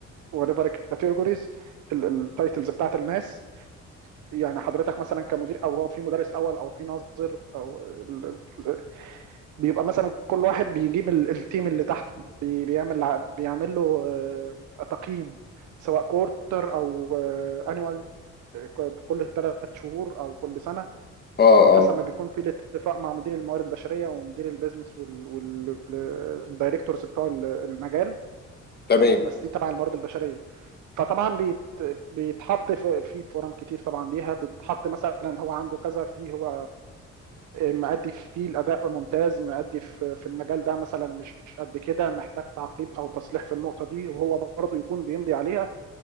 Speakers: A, on the right; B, on the left.
A: whatever categories التايتلز بتاعت الناس يعني حضرتك مثلا كمدير او هو في مدرس اول او في ناظر او ال- ال- بيبقى مثلا كل واحد بيجيب ال- التيم اللي تحته بي- بيعمل ع- بيعمل له آه، تقييم سواء كورتر او انيوال كل ثلاث شهور او كل سنه
B: اه
A: او حسب
B: اه
A: ما بيكون في الاتفاق مع مدير الموارد البشريه ومدير البيزنس والدايركتورز بتوع المجال
B: تمام
A: بس دي تبع الموارد البشريه فطبعا بيت بيتحط في في فورم كتير طبعا ليها بيتحط مثلا هو عنده كذا في هو مأدي فيه الأداء ممتاز مأدي في في المجال ده مثلا مش قد كده محتاج تعقيب أو تصليح في النقطة دي وهو برضه يكون بيمضي عليها